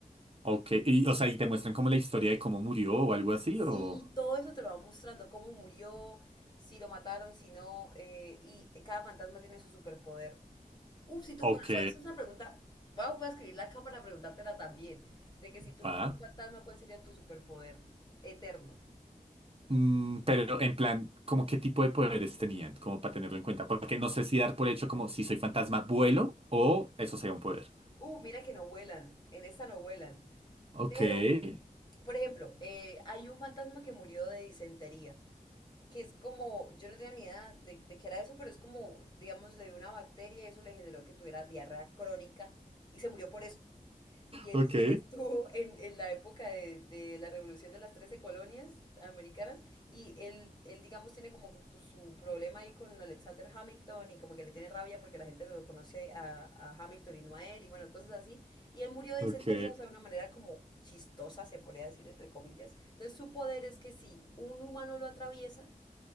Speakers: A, on the right; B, on the left.
A: Ok. Y, o sea, ¿y te muestran como la historia de cómo murió o algo así?
B: Sí,
A: O...
B: todo eso te lo va mostrando, cómo murió, si lo mataron, si no, eh, y cada fantasma tiene su superpoder. Uf, si tú,
A: Ok.
B: bueno, esa esa es una pregunta, voy a voy a escribirla acá para preguntártela también, de que si tú
A: Va.
B: fueras un fantasma, ¿cuál sería tu superpoder eterno?
A: Mm, pero en plan, ¿como qué tipo de poderes tenían? Como para tenerlo en cuenta. Porque no sé si dar por hecho como si soy fantasma, vuelo o eso sería un poder.
B: Uh, mira que no vuelan, en esta no vuelan,
A: Ok.
B: pero,
A: <laughs>
B: por ejemplo, eh, hay un fantasma que murió de disentería, que es como, yo no tenía ni idea de, de qué era eso, pero es como, digamos, le dio una bacteria y eso le generó que tuviera diarrea crónica y se murió por eso. Y él,
A: Ok.
B: y él estuvo <laughs> en, en la época de, de la revolución de las 13 colonias americanas y él, él, digamos, tiene como su problema ahí con Alexander Hamilton y como que le tiene rabia porque la gente lo conoce a, a Hamilton y no a él y bueno, cosas así. Y él murió de
A: Ok.
B: disentería, o sea, de una manera como chistosa, se podría decir, entre comillas. Entonces su poder es que si un humano lo atraviesa,